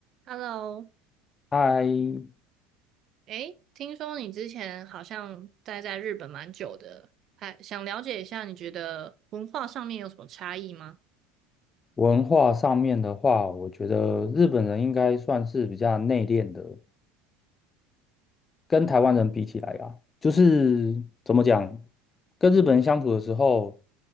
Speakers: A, on the right (about 45°); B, on the left (about 25°).
A: Hello，
B: 在
A: 诶，听说你之前好像待在日本蛮久的，还想了解一下，你觉得文化上面有什么差异吗？
B: 文化上面的话，我觉得日本人应该算是比较内敛的，跟台湾人比起来啊，就是怎么讲，跟日本人相处的时候，